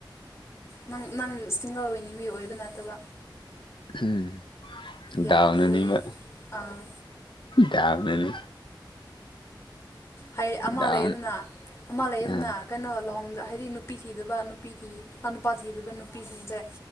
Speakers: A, on the left; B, on the left.
A: ꯅꯪ ꯅꯪ ꯁꯤꯡꯒꯜ ꯑꯣꯏꯅꯤꯡꯕꯩ ꯃꯤ ꯑꯣꯏꯕ ꯅꯠꯇꯕ
B: ꯎꯝ
A: ꯌꯥꯗꯕꯒꯤ
B: ꯗꯥꯎꯅꯅꯤꯕ
A: ꯑꯥ
B: ꯗꯥꯎꯅꯅꯤ
A: ꯍꯩ ꯑꯃ
B: ꯗꯥꯎꯟ
A: ꯂꯩꯗꯅ ꯑꯃ ꯂꯩꯗꯅ
B: ꯑꯥ
A: ꯀꯩꯅꯣ ꯂꯨꯍꯣꯡꯗ ꯍꯥꯏꯗꯤ ꯅꯨꯄꯤ ꯊꯤꯗꯕ ꯅꯨꯄꯤ ꯊꯤ ꯅꯨꯄꯥ ꯊꯤꯗꯕ ꯅꯨꯄꯤꯁꯤꯡꯁꯦ